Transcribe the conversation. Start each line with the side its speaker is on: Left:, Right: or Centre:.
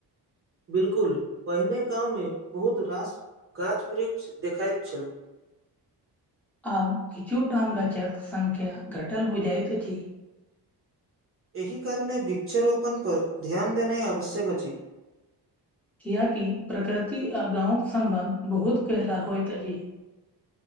Right: बिलकुल पहिने गांव मे बहुत रास गाछ वृक्ष देखाइत छल
Centre: आब किछु टााम गाछक सङ्ख्या घटल बुझैत अछि
Right: एहि कारणे वृक्षरोपण पर ध्यान देनाइ आवश्यक अ अछि
Centre: कियाकि प्रकृति आ गाँंवक सम्बन्ध बहुत गहरा होइत अछिह